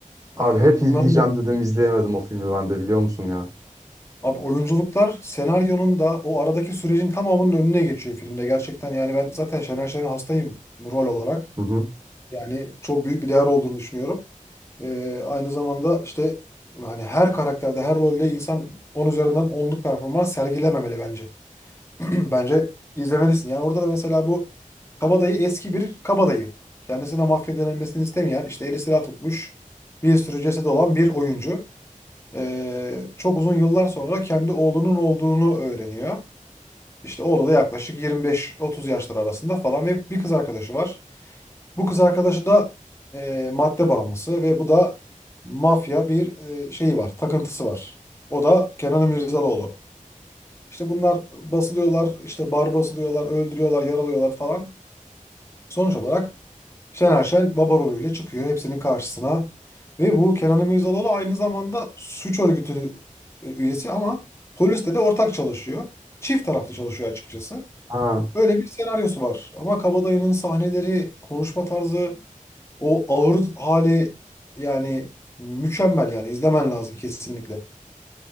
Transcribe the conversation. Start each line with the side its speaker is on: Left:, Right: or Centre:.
Right: Abi
Left: Eee
Right: hep izleyeceğim
Left: bunların
Right: dedim izleyemedim o filmi ben de biliyor musun ya?
Left: Abi oyunculuklar senaryonun da o aradaki sürecin tamamının önüne geçiyor filmde. Gerçekten yani ben zaten Şener Şen'e hastayım rol olarak.
Right: Hı hı.
Left: Yani çok büyük bir değer olduğunu düşünüyorum. Ee, aynı zamanda işte yani her karakterde, her rolde insan 10 üzerinden onluk performans sergilememeli bence. <clears throat> Bence izlemelisin. Yani orada da mesela bu kabadayı eski bir kabadayı. Kendisine mahvedilmesini denilmesini istemeyen, işte eli silah tutmuş, bir sürü cesedi olan bir oyuncu. Ee, çok uzun yıllar sonra kendi oğlunun olduğunu öğreniyor. İşte oğlu da yaklaşık 25-30 yaşlar arasında falan ve bir kız arkadaşı var. Bu kız arkadaşı da e, madde bağımlısı ve bu da mafya bir e, şeyi var, takıntısı var. O da Kenan Mirzalıoğlu. İşte bunlar basılıyorlar, işte bar basılıyorlar, öldürüyorlar, yaralıyorlar falan. Sonuç olarak Şener Şen baba rolüyle çıkıyor hepsinin karşısına. Ve bu Kenan Mirzalıoğlu aynı zamanda suç örgütü e, üyesi ama polisle de ortak çalışıyor. Çift taraflı çalışıyor açıkçası.
Right: Ha,
Left: Böyle bir senaryosu var. Ama Kabadayı'nın sahneleri, konuşma tarzı, o ağır hali yani mükemmel yani izlemen lazım kesinlikle.